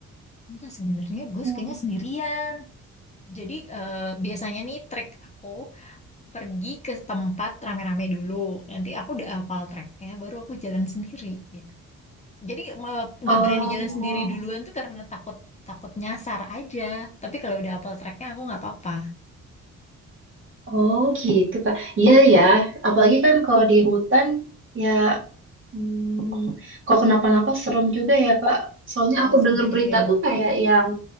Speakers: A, on the left; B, on the right.
A: Enggak, sebenarnya gue
B: Hmm.
A: sukanya sendirian. Jadi eh, biasanya nih trek aku pergi ke tempat rame-rame dulu. Nanti aku udah hafal treknya, baru aku jalan sendiri gitu. Jadi me- nggak
B: Oh,
A: berani jalan sendiri duluan tuh karena takut takut nyasar aja. Tapi kalau udah hafal treknya aku nggak apa-apa.
B: oh gitu, Kak. Iya ya, apalagi kan kalau di hutan ya hmm, kalau kenapa-napa serem juga ya, Kak. Soalnya
A: Eh,
B: aku
A: Sendirian.
B: dengar berita tuh kayak yang